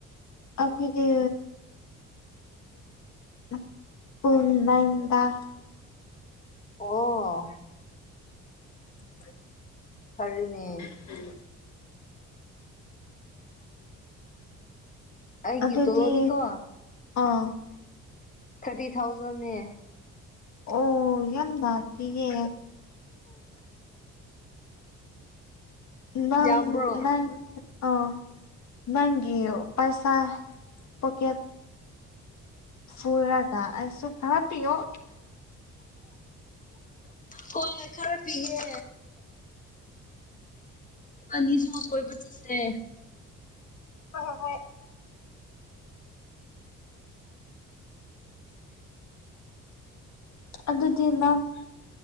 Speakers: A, on the left; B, on the left.
A: ꯑꯈꯣꯏꯒꯤ <inaudible> <unintelligible>
B: ꯑꯣ
A: <unintelligible>
B: ꯐꯔꯤꯅꯦ
A: ꯎꯝ
B: ꯑꯩꯒꯤ
A: ꯑꯗꯨꯗꯤ
B: ꯇꯣꯂꯣꯗꯤꯀꯣ
A: ꯑꯥ
B: ꯊꯔꯇꯤ ꯊꯥꯎꯖꯟꯦ
A: ꯑꯣ ꯌꯥꯝ ꯅꯥꯄꯤꯌꯦ ꯅꯪ
B: ꯌꯥꯝꯕ꯭ꯔꯣ
A: ꯅꯪ ꯑ ꯅꯪꯒꯤ ꯄꯥꯏꯁꯥ ꯄꯣꯀꯦꯠ <unintelligible> ꯈꯔꯞ ꯄꯤ ꯑꯣ
B: ꯍꯣꯏ ꯈꯔ ꯄꯤꯌꯦ <unintelligible> ꯀꯣꯏꯄꯆꯠꯁꯦ
A: ꯍꯣꯏ ꯍꯣꯏ ꯍꯣꯏ ꯑꯗꯨꯗꯤ ꯅꯍꯪꯇꯔ